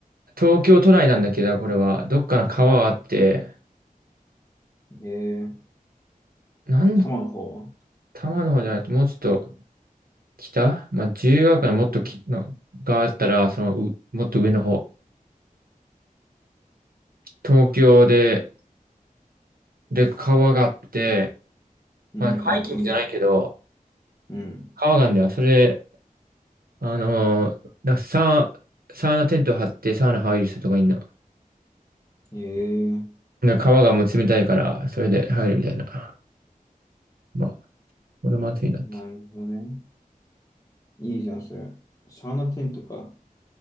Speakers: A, on the right; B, on the left.
A: 東京都内なんだけど、これは、どっかの川があって、
B: えー、
A: なん、
B: 多摩の方は
A: 多摩の方じゃないと、もうちょっと北まあ、自由が丘のもっときの、があったら、その、うもっと上の方。東京で、で、川があって、
B: うんうんうん。
A: まあ、ハイキングじゃないけど、
B: うん。
A: 川があるんだよ。それあのー、だサー、サウナテント張ってサウナ入る人とかいんな。
B: ええ
A: で川がもう冷たいから、それで入るみたいな。まあ、俺も暑いなって。
B: なるほどね。いいじゃん、それ。サウナテントか。